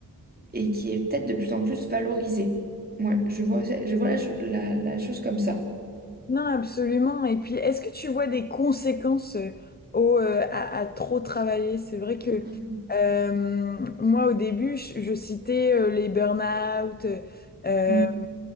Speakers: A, on the right; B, on the left.
A: et qui est peut-être de plus en plus valorisée. Moi, je vois, ça- je vois la, cho- la, la chose comme ça.
B: Non, absolument. Et puis, est-ce que tu vois des conséquences euh, au, euh, à, à trop travailler? C'est vrai que
A: Mm,
B: euh, moi, au début, je, je citais euh, les burn-out, euh,
A: mm,